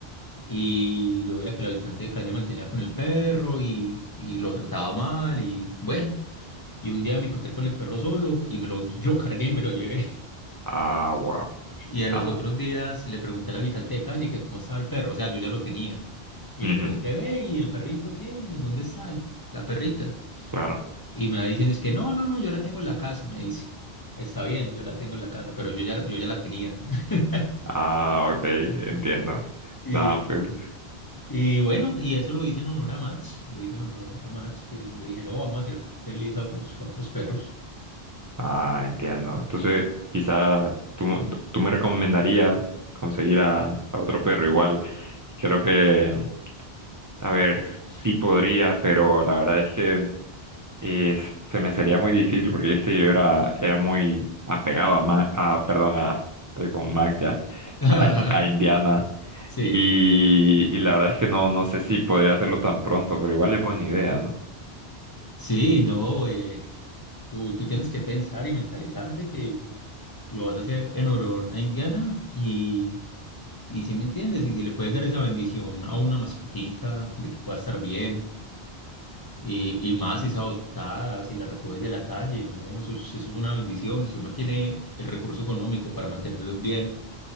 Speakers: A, on the left (about 25°); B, on the right (about 30°).
A: Y yo veía que el habitante de calle mantenía con el perro y, y lo trataba mal y bueno, y un día me encontré con el perro solo y me lo, <laughs> lo cargué y me lo llevé.
B: Ah, wow.
A: Y a los
B: Ah,
A: otros días le pregunté al habitante de calle que cómo estaba el perro, o sea, yo ya lo tenía. Y
B: ujú,
A: le pregunté, ve, ¿y el perrito qué? ¿Dónde está el- la perrita?
B: claro.
A: Y me va diciendo, es que no, no, no, yo la tengo en la casa, me dice. Está bien, yo la tengo en la casa, pero yo ya, la- yo ya la tenía. <laughs>
B: Ah, ok, entiendo.
A: Y,
B: Nada, pues,
A: Y bueno, y eso lo hice en honor a Mats, lo hice en honor a Mats, que yo dije, no, vamos a hacer feliz a otros, a otros perros.
B: ah, entiendo. Entonces, quizás tú, tú me recomendarías conseguir a, a otro perro igual. Creo que A ver, sí podría, pero la verdad es que eh, se me sería muy difícil porque viste yo era, era muy apegado a, Ma- a perdón, a, estoy con Max ya,
A: <laughs>
B: a, In- a Indiana.
A: Sí,
B: Y, y la verdad es que no, no sé si podría hacerlo tan pronto, pero igual es buena idea, ¿no?
A: sí, no, eh, tú, tú tienes que pensar y mentalizarte que lo vas a hacer en honor a Indiana y, y si me entiendes, y si le puedes dar esa bendición a una mascotica de que pueda estar bien y, y más si es adoptada, si la recoges de la calle, no, eso es, eso es una bendición, si uno tiene el recurso económico para mantenerlos bien